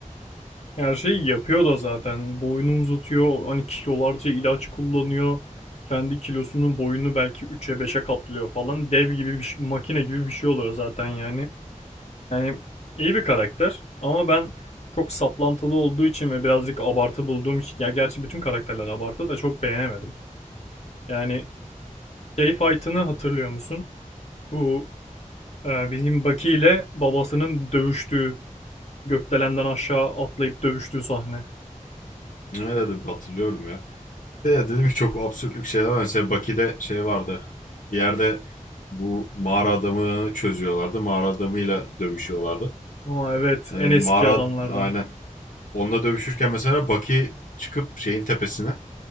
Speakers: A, on the left (about 50°); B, on the left (about 75°).
A: Her şeyi yapıyor da zaten. Boyunu uzatıyor. Hani kilolarca ilaç kullanıyor. Kendi kilosunun boyunu belki üç'e beşe katlıyor falan. Dev gibi bir şey- makine gibi bir şey oluyor zaten yani. Yani iyi bir karakter ama ben çok saplantılı olduğu için ve birazcık abartı bulduğum için ya gerçi bütün karakterler abartı da çok beğenemedim. Yani şey fight'ını hatırlıyor musun? Bu e, bizim Baki ile babasının dövüştüğü gökdelenden aşağı atlayıp dövüştüğü sahne.
B: Nerede hatırlıyorum ya. De ya dedim ki çok absürtlük şeyler var. Mesela Baki'de şey vardı. Bir yerde bu mağara adamı çözüyorlardı. Mağara adamıyla dövüşüyorlardı.
A: Aa evet
B: Ee, mağara
A: en eski adamlardan.
B: aynen. Onunla dövüşürken mesela Baki çıkıp şeyin tepesine.